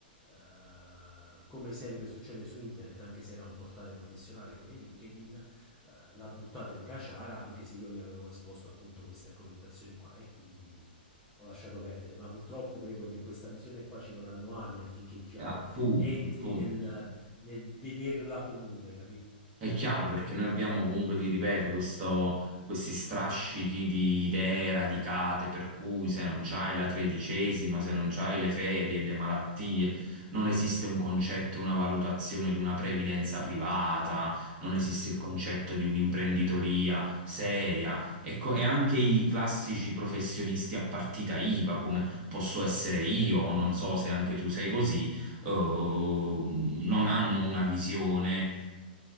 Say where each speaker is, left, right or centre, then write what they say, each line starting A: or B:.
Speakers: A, in the centre; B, on the right (about 20°).
A: eh, come sempre succede su internet, anche se era un portale professionale come LinkedIn, eh, l'ha buttata in caciara, anche se io gli avevo esposto appunto queste argomentazioni qua e quindi ho lasciato perdere. Ma purtroppo credo che questa visione qua ci vorranno anni affinché, diciamo,
B: Eh, Appunto,
A: entri
B: appunto.
A: nel, nel vederla comune, capì?
B: È chiaro perché noi abbiamo comunque, ti ripeto, questo- questi strascichi di idee radicate per cui se non c'hai la tredicesima, se non c'hai le ferie, le malattie, non esiste un concetto e una valutazione di una previdenza privata, non esiste il concetto di un'imprenditoria seria Ecco, e anche i classici professionisti a partita IVA, come posso essere io, o non so se anche tu sei così, ehm, non hanno una visione